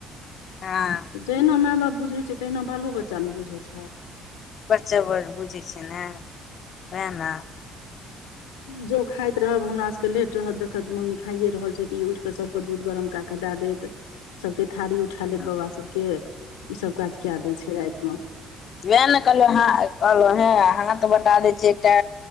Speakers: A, on the left; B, on the left.
A: हँ
B: जहिना मा बाप बुझै छै तहिना बालो बच्चा ने बुझै छैय
A: बच्चा बड़ बुझै छै ने उएह ने
B: जो खाइत रहब हमरा सब के लेट रहत देखत मम्मी खाइे रहल छै त ई उठ के सब के दूघ गरम कऽ के द देत सबके थारी उरी उठा लेले
A: हँ
B: बाबा सबके ई सब काज कऽ दय छै राति मे
A: वाए ने कहलिये हाँ कहलौ हय हाथ बटा दै छै एकटा